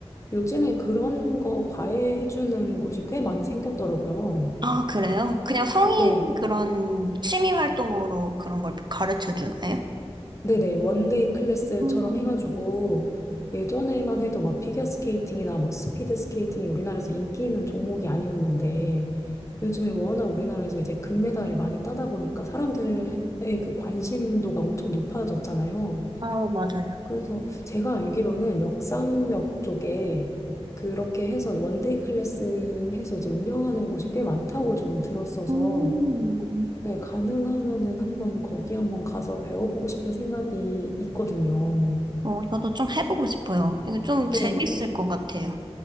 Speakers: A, on the left (about 25°); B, on the right (about 40°).
A: 요즘에 그런 거 과외해주는 곳이 꽤 많이 생겼더라고요.
B: 아, 그래요? 그냥 성인
A: 네.
B: 그런 취미 활동으로 그런 걸 가르쳐 주나요?
A: 네네, 원데이 클래스처럼
B: 음,
A: 해가지고 예전에만 해도 막 피겨 스케이팅이나 뭐 스피드 스케이팅이 우리나라에서 인기 있는 종목이 아니었는데 요즘에 워낙 우리나라에서 이제 금메달을 많이 따다 보니까 사람들의 그 관심도가 엄청 높아졌잖아요.
B: 아, 맞아요.
A: 그래서 제가 알기로는 역삼역 쪽에 그렇게 해서 원데이 클래스 해서 이제 운영하는 곳이 꽤 많다고 저는 들었어서
B: 음.
A: 네, 가능하면은 한번 거기 한번 가서 배워보고 싶은 생각이 있거든요.
B: 어, 저도 좀 해보고 싶어요. 이거 좀 재밌을
A: 네,
B: 것 같아요.